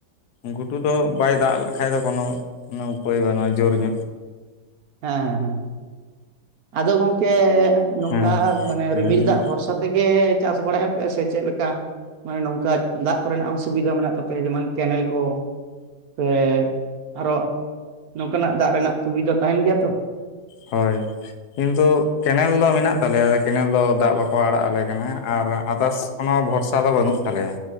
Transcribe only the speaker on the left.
ᱜᱷᱩᱴᱩ ᱫᱚ ᱵᱟᱭ ᱫᱟᱜ ᱞᱮᱠᱷᱟᱡ ᱫᱚ ᱠᱳᱱᱳ ᱠᱳᱱᱳ ᱩᱯᱟᱹᱭ ᱵᱟᱹᱱᱩᱜ-ᱟ ᱡᱳᱨ ᱧᱚᱜ᱾
ᱦᱮᱸ
ᱞᱟᱹᱭ ᱵᱤᱱ
ᱦᱳᱭ᱾ ᱠᱤᱱᱛᱩ ᱠᱮᱱᱮᱞ ᱫᱚ ᱢᱮᱱᱟᱜ ᱛᱟᱞᱮᱭᱟ ᱟᱫᱚ ᱠᱮᱱᱮᱞ ᱫᱚ ᱫᱟᱜ ᱵᱟᱠᱚ ᱟᱲᱟᱜ ᱟᱞᱮ ᱠᱟᱱᱟ, ᱟᱨ ᱟᱫᱟᱥ ᱠᱚᱱᱳ ᱵᱷᱚᱨᱥᱟ ᱫᱚ ᱵᱟᱹᱱᱩᱜ ᱛᱟᱞᱮᱭᱟ